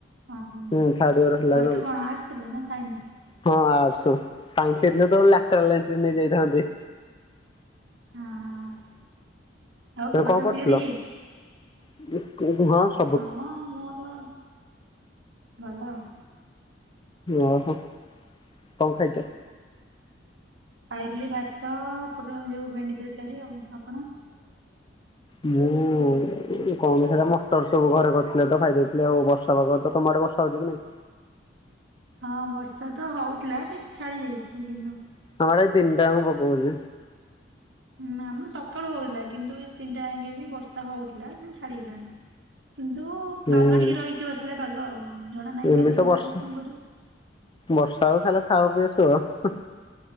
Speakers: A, on the right; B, on the left.
A: ହଁ ହଁ
B: ହୁଁ ଥାର୍ଡ ଇୟର ହେଲା
A: ପ୍ଲସ
B: ଏବେ
A: ଟୁ
B: ଆଉ।
A: କଣ ଆର୍ଟସ ଥିଲା ନା ସାଇନ୍ସ?
B: ହଁ ଅର୍ଟସ୍ ତାଙ୍କେ ଥିଲେ ତ ଡାକ୍ତର ଲାଇନ୍
A: ହଁ
B: ରେ ନେଇ।
A: ହଁ ଆଉ
B: ତମେ
A: ପେପର
B: କଣ
A: ସବୁ
B: କରୁଥିଲ?
A: କ୍ଲିୟର ହେଇଯାଇଛି?
B: <unintelligible>
A: ହଁ ମୋର ଭଲ ଆଉ।
B: ଓହୋ କଣ ଖାଇଛ?
A: ଖାଇଥିଲି ଭାତ ପୋଟଳ ଯୋଉ ଭେଣ୍ଡି ତରକାରୀ ଆଉ ଆପଣ?
B: ମୁଁ କଣ ସେଇଟା ମଟର ସବୁ ଘରେ କରିଥିଲେ ତ ଖାଇଦେଇଥିଲି ଆଉ ବର୍ଷା ପାଗ ତ ତମ ଆଡ଼େ ବର୍ଷ ହଉଛି କି ନାଇଁ?
A: ହଁ ବର୍ଷା ତ ହଉଥିଲା ଟି ଛାଡ଼ି ଯାଇଛି କିନ୍ତୁ।
B: ଆମ ଆଡ଼େ ଆଜି ଦିନିଟା ଅଙ୍କ ପକଉଛି।
A: ହୁଁ ଆମର ସକାଳୁ ହଉଥିଲା କିନ୍ତୁ ଏ ତିନିଟା ଆଙ୍କେ ବି ବର୍ଷା ହଉଥିଲା କିନ୍ତୁ ଛାଡ଼ିଗଲାଣି। କିନ୍ତୁ
B: ହୁଁ
A: ପାଗ ଟିକେ ରହିଛି ବର୍ଷାଳିଆ ପାଗ ଆଉ। ଜଣା ନାହିଁ
B: ଏମିତି
A: କାଲିରୁ
B: ତ ବର୍ଷ
A: ହବ କି କଣ କରିବ।
B: ବର୍ଷା ହଉ ଖାଲି ଖାଅ ପିଅ ସୁଅ ହଁ।